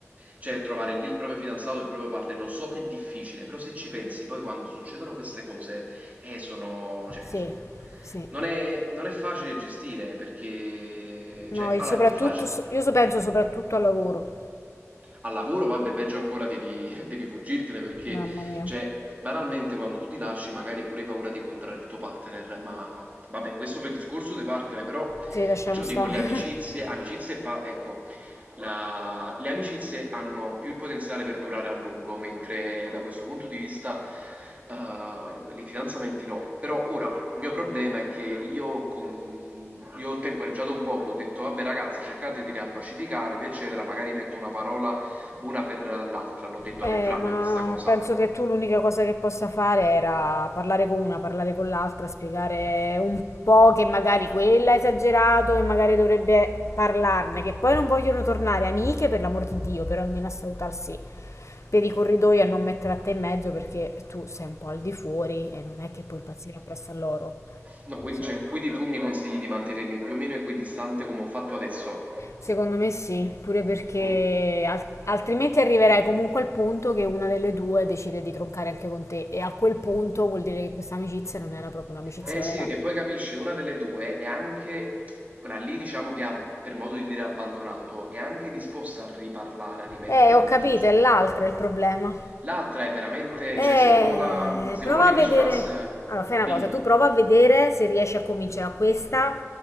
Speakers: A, on the right (about 30°); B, on the left (about 65°).
A: Cioè, trovare lì il proprio fidanzato, il proprio partner, lo so che è difficile, però se ci pensi, poi quando succedono queste cose, eh, sono, cioè,
B: Sì,
A: sono-
B: sì.
A: non è, non è facile gestire perché,
B: No,
A: cioè,
B: il
A: allora,
B: soprattutto,
A: è più facile,
B: so, io so- penso soprattutto al lavoro.
A: al lavoro, vabbè, peggio ancora devi, <laughs> devi fuggirtene perché,
B: Mamma mia.
A: cioè, banalmente quando tu ti lasci magari hai pure paura di incontrare il tuo partner, ma vabbè, questo per il discorso dei partner, però,
B: Sì, lasciamo
A: perciò
B: stare.
A: dico le amicizie,
B: <laughs>
A: amicizie, e pa- ecco, la- le amicizie hanno più il potenziale per durare a lungo, mentre da questo punto di vista... eh, i fidanzamenti no, però ora il mio problema è che io, con... io ho temporeggiato un poco, ho detto vabbè ragazze cercate di riappacificarvi eccetera, magari metto una parola buona per l'altra, l'ho detto
B: Eh,
A: ad entrambe
B: ma
A: questa cosa.
B: penso che tu l'unica cosa che possa fare era parlare con una, parlare con l'altra, spiegare un po' che magari quella ha esagerato e magari dovrebbe parlarne, che poi non vogliono tornare amiche per l'amor di Dio, però almeno a salutarsi per i corridoi e a non mettere a te in mezzo perché tu sei un po' al di fuori e non è che puoi impazzire appresso a loro.
A: No, quindi,
B: Cioè,
A: cioè, quindi tu mi consigli di mantenermi più o meno equidistante come ho fatto adesso?
B: Secondo me sì, pure perché
A: Mm.
B: al- altrimenti arriverai comunque al punto che una delle due decide di troncare anche con te e a quel punto vuol dire che questa amicizia non era proprio un'amicizia
A: Eh
B: vera.
A: sì, che poi capisci, una delle due è anche quella lì, diciamo che ha, per modo di dire, abbandonato, è anche disposta a riparlare, a rimettere
B: Eh, ho
A: il
B: capito,
A: discorso
B: è l'altra
A: in mezzo.
B: il problema.
A: L'altra è veramente,
B: Eh,
A: cioè, se uno la, se
B: prova
A: uno le
B: a
A: misurasse,
B: vedere. Allora, fai una
A: dimmi,
B: cosa, tu prova a vedere se riesci a convincere a questa